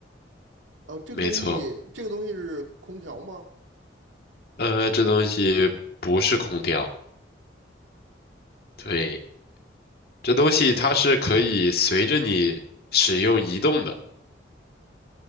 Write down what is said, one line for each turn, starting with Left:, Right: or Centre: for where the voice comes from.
Right: 哦，这个东西，
Left: 没错，
Right: 这个东西是空调吗？
Left: 呃，这东西不是空调，对，这东西它是可以随着你使用移动的，